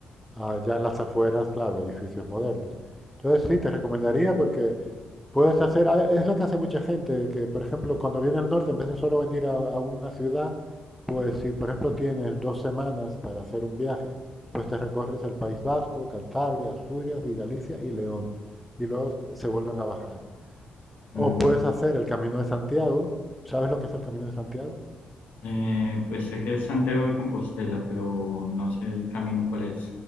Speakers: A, in the centre; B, on the left.
A: Allá en las afueras, claro, edificios modernos. Entonces sí, te recomendaría porque Puedes hacer, ah, es lo que hace mucha gente, que por ejemplo cuando viene al norte, en vez de solo venir a, a una ciudad, pues si por ejemplo tienes dos semanas para hacer un viaje, pues te recorres el País Vasco, Cantabria, Asturias y Galicia y León, y luego se vuelven a bajar. O
B: Mm.
A: puedes hacer el Camino de Santiago. ¿Sabes lo que es el Camino de Santiago?
B: Eh, pues sé que es Santiago de Compostela, pero no sé el camino cuál es.